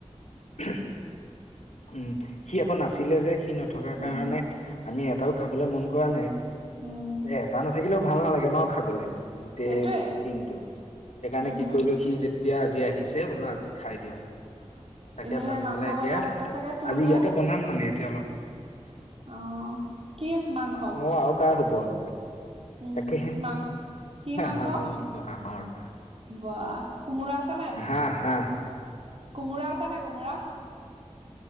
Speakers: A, on the left; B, on the right.
A: <inaudible> উম, সি আকৌ নাছিলে যে সি নথকাৰ কাৰণে
B: উম
A: আমি এটাও খাবলৈ মন কৰা নাই।
B: উম
A: এ এটা নাথাকিলেও ভাল নালাগে ন খাবলে। গোটেই
B: সেইটোৱে
A: টিমটোৰ সেইকাৰণে
B: উম
A: কি কৰিলো সি যে তিয়া আজি আহিছে বোলো আজি খাই দিওঁ তাকে
B: এনেই
A: ভাবি
B: মাংস
A: পেলাই এতিয়া
B: বনোৱা দায়িত্ব চাগে তোৰহে
A: আজি ইয়াতে বনাম মানে এতিয়া অলপ।
B: অ কি মাংস
A: মোৰ আৰু কাৰ হ'ব আও।
B: উম
A: তাকে
B: মাং কি মাংস
A: হাঁহৰ মাংস হাঁহৰ।
B: বা কোমোৰা আছে নাই।
A: হাঁহ হাঁহ
B: কোমোৰা আছে নে কোমোৰা।